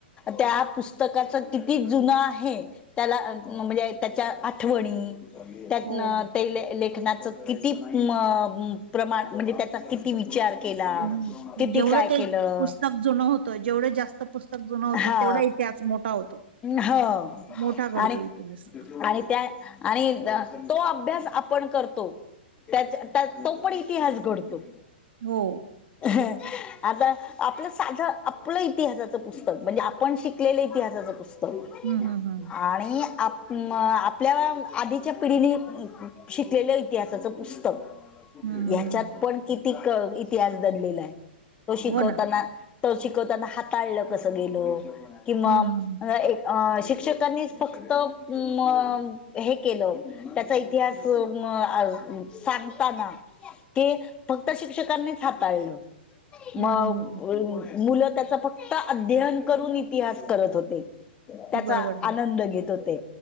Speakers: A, on the left; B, on the right.
A: त्या पुस्तकाचं किती जुन आहे त्याला म्हणजे, त्याच्या आठवणी, त्या
B: हो
A: ते लेखनाच किती म प्रमाण म्हणजे, त्याचा किती विचार केला
B: ह
A: किती
B: जेवढं
A: काय
B: ते
A: केलं
B: पुस्तक जुनं होतं, जेवढं जास्त पुस्तक स्तक जुन होत,
A: हा
B: तेवढा इतिहास मोठा होतो.
A: हो,
B: मोठा घडतो
A: आणि,
B: इतिहास
A: आणि त्या आणि तो अभ्यास आपण करतो. त्या तो पण इतिहास घडतो.
B: हो.
A: हां आता आपलं, साधं आपलं इतिहासाच पुस्तक पुस्तक म्हणजे आपण शिकलेलं इतिहासाचं पुस्तक.
B: हन ह ह.
A: आणि आप म आपल्या आधीच्या पिढीने शिकलेलं इतिहासाचं पुस्तक. तर
B: हम्म
A: मला ह्याच्यात
B: हम्म हम्म
A: पण कितीक इतिहास दडलेला आहे? तो शिकवताना
B: हो ना
A: तर शिकवताना, हाताळलं कसं गेलं किंवा
B: हम्म हम्म
A: एक आ शिक्षकांनीच फक्त म हे केलं. त्याचा इतिहास म सांगताना ते फक्त शिक्षकांनीच हाताळलं. म
B: हम्म
A: मु
B: हम्म हम्म हम्म
A: मुलं त्याचा फक्त अध्ययन करून इतिहास करत होते. त्याचा
B: बरोबर आहे
A: आनंद घेत होते